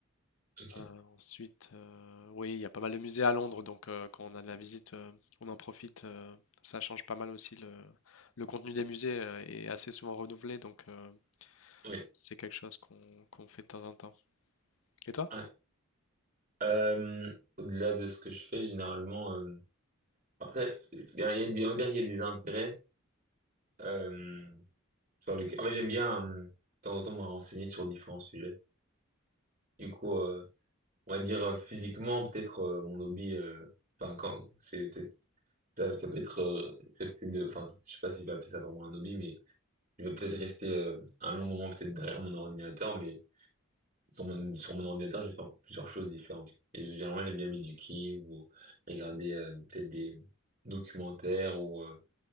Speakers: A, on the right; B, on the left.
A: Ok.
B: Euh, ensuite, euh, oui, il y a pas mal de musées à Londres, donc euh, quand on a de la visite, euh, on en profite. euh, ça change pas mal aussi. Le, le contenu des musées euh, est assez souvent renouvelé, donc euh,
A: Oui.
B: c'est quelque chose qu'on qu'on fait de temps en temps. Et toi?
A: Ouais. Euh, au-delà de ce que je fais généralement, euh, après, il y a, il y a des, on va dire, il y a des intérêts euh, sur lesquels, en fait, j'aime bien euh, de temps en temps me renseigner sur différents sujets. Du coup, euh, on va dire euh, physiquement, peut-être euh, mon hobby, euh, enfin quand c'est peut-être Ça, ça peut être euh, rester de, enfin, je sais pas si je vais appeler ça vraiment un hobby, mais je vais peut-être rester euh, un long moment peut-être derrière mon ordinateur, mais sur mon, sur mon ordinateur, je vais faire plusieurs choses différentes. Et généralement, j'aime bien m'éduquer ou regarder euh, peut-être des documentaires ou euh,